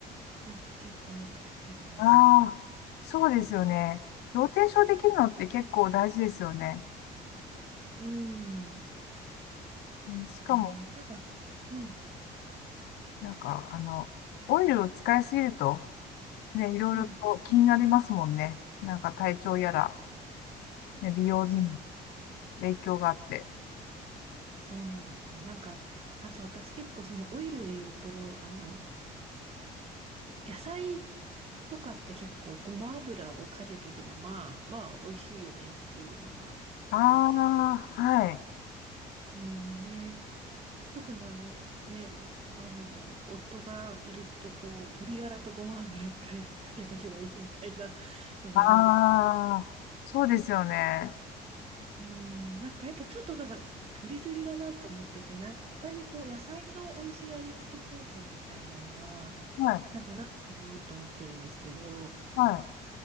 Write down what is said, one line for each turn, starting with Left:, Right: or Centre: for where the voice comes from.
Right: なんか結構よくやってます。
Left: ああ、そうですよね。ローテーションできるのって結構大事ですよね。
Right: うん。
Left: うんしかも、
Right: えー、なんか、うん、
Left: なんか、あの、オイルを使いすぎると、ね、いろいろと気になりますもんね。
Right: うん、
Left: なんか体調やら、ね、美容にも
Right: そう、
Left: 影響があって。
Right: そうなんですよ。なんか、あと私結構そのオイルで言うと、あの、野菜とかって結構ごま油をかけとけば、まあ、まあ、美味しいよねっていうのがあって、
Left: ああー、はい。
Right: うん、で、特にあのね、あの、夫がいるとこう、鶏ガラとごま油かけ、かけとけばいいみたいなのがあるんですけど、
Left: ああ、そうですよね。
Right: うん、なんかやっぱちょっとただ取りすぎだなと思ってて、なんか他にこう、野菜の美味しい味付け方法みたいなのは、
Left: はい、
Right: なんかないかなと思ってるんですけど、
Left: はい。